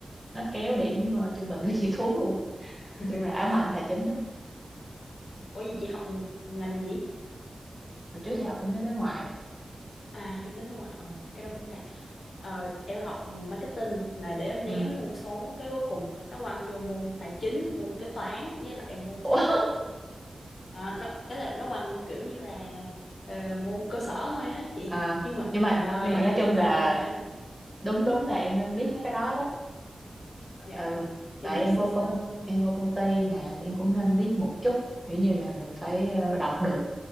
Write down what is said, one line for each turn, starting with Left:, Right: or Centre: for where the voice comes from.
Centre: nó kéo điểm ờ, trung bình của chị <laughs> xuống luôn
Left: <laughs>
Centre: nói chung là ám ảnh tài chính lắm
Left: ủa gì chị học ngành gì
Centre: hồi trước giờ học kinh tế đối ngoại
Left: à kinh tế đối ngoại Ồ, cái đó cũng cả Ờ, em học marketing là để em
Centre: ừ.
Left: né mấy môn số cái cuối cùng nó quăng vô môn tài chính môn kế toán với lại môn
Centre: Ủa?
Left: xác suất Ờ, nó ấy là nó quăng kiểu như là ờ, môn cơ sở thôi á chị
Centre: à,
Left: nhưng mà
Centre: nhưng mà
Left: trời ơi
Centre: nhưng mà
Left: em
Centre: nói chung
Left: vẫn không
Centre: là
Left: thể nè
Centre: đúng đúng là em nên biết mấy cái đó đó
Left: dạ
Centre: ừ tại
Left: thì biết
Centre: em vô
Left: sơ
Centre: công
Left: sơ thôi
Centre: em vô công ty nè em cũng nên biết một chút kiểu như là mình phải ờ, đọc được